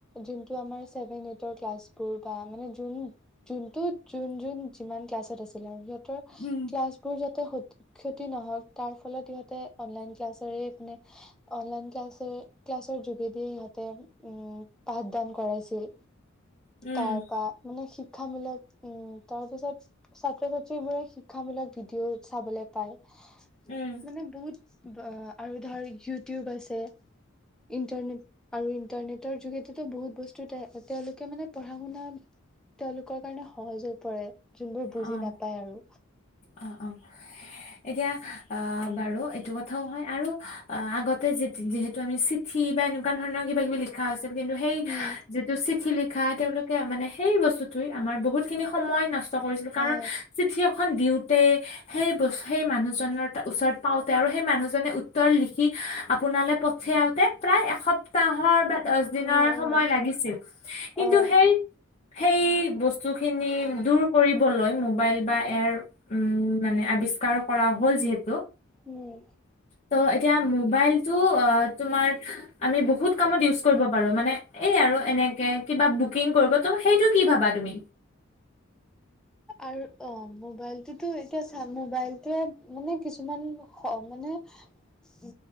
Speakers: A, in the centre; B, on the left.
A: জোনটো আমৰ চেভেন এইটৰ ক্লাছ- কৰোঁতা মানে জুন জোনটো জুন জুন যিমান ক্লাছত আছিলে আওঁ জতে
B: উম।
A: ক্লাছ কৰী যাতে হতিক্ষতি নহয় তাৰ ফলত ইহঁতে অনলাইন ক্লাছ কৰিয়ে পিনে অনলাইন ক্লাছৰ ক্লাছৰ যোগেদিয়ে ইহঁতে উম- পাঠদান কৰাইছিল,
B: উম,
A: তাৰ পা মানে শিখ শিক্ষামূলক উম তাৰ পিছত ছাত্ৰ ছাত্ৰী বোৰে শিক্ষামূলক ভিডিঅ চাবলৈ পায়।
B: উম,
A: মানে বহুত আৰু ধৰ ইউটিউব আছে, ইণ্টাৰনেট। আৰু ইন্টাৰনেটৰ যোগেদিতো বহুত বস্তু, তেওঁলোকে মানে পঢ়া শুনা তেওঁলোকৰ কাৰনে সহজ হৈ পৰে যোনবোৰ বুজি
B: অ',
A: নাপায় আৰু
B: অ', অ'। এতিয়া আঁ বাৰু এইটো কথাওঁ হয় আৰু অঁ আগতে য যিহেতু আমি চিঠি টি বা এনেকুৱা ধৰণৰ কিবা কিবি লিখা হৈছিল কিন্তু সেই
A: উম,
B: যিটো চিঠি লিখা অলপ মানে সেই বস্তুতে আমাৰ বহুত খিনি সময় নষ্ট কৰিছিল,
A: হা,
B: কাৰণ চিঠিয়ে দিওঁতে সেই বস্তু সেই মানুহজনৰ ওচৰত পাওঁতে আৰু সেই মানুহজনে উত্তৰ লিখি আপোনালে পঠিয়াওঁতে প্ৰায় এসপ্তাহৰ বা দছ দিনৰ
A: উম, উম,
B: সময় লাগিছিল, কিন্তু
A: অ',
B: সেই সেই বস্ত। বস্তু খিনি দূৰ কৰিবলৈ মোবাইল বা এয়াৰ, উম মানে আৱিষ্ কৰা হ'ল যিহেতু
A: উম।
B: ত' এতিয়া মোবাইলতটো অ তোমাৰ আমি বহুত কামত ইউজ কৰিব পাৰো মানে এই আৰু এনে। এনেকে কিবা বুকিং কৰিব, সেইটো কি ভাবা তুমি?
A: আৰু অ মোবাইলটোতো এতিয়া চা মোবাইলটোৱে মানে কিছুমান খ মানে <unintelligible> উ